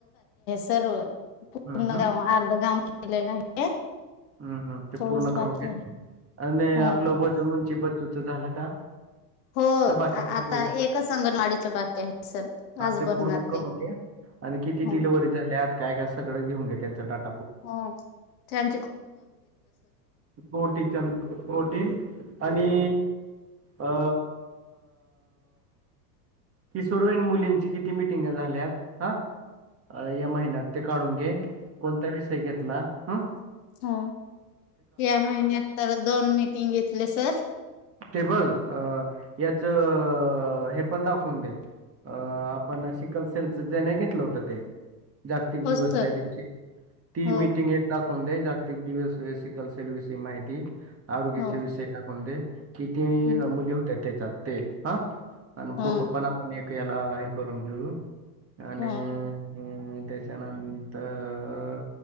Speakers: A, on the left (about 60°); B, on the right (about 30°).
A: तर पूर्ण
B: हम्म
A: गाव अर्ध गाव केलेलं आहे
B: हम् हम ते
A: थोडंच
B: पूर्ण
A: बाकी
B: करून घ्या
A: आहे
B: आणि
A: हो
B: आपलं वजन उंची बचूच झाला का
A: हो
B: का बाकी
A: आता
B: आहे ते
A: एकच अंगणवाडीच्या बाकी आहे सर
B: हा
A: आज
B: ते
A: बनणार
B: पूर्ण करून
A: ते
B: घे. आणि किती
A: हो
B: डिलि्हरी झाल्यात काय काय सगळं घेऊन घे त्यांचा डाटा
A: हो छान
B: प्रोटीच्या प्रोटीन आणि अ किशोरवीन मुली कित्ती मिटिंग
A: रोट
B: झाल्या या महिन्यात काढून घे कोण विषय घ ला हा
A: हो या महिन्यात तर दोन मिीटिंग घेतले सर
B: टेबल अ याच हे पण दाखवून दे अं आपण शिकल असेलच जे नाही घेतलं होतं ते जागतिक
A: हो
B: दिवस
A: सर
B: त्या दिवशी ती
A: हो
B: मिीटिंग एकदा दावून दे जागतिक दिवस वयस कलसेल विषयी माहिती आरोग्याचे
A: हो
B: विषय टाकवून दे किती
A: हं,
B: मुली होत्या त्याच्यात ते ह आणि
A: हो
B: फोटो पण आपण एक याला हे करून घेऊ आणि
A: हो
B: अम् त्याच्यानंतर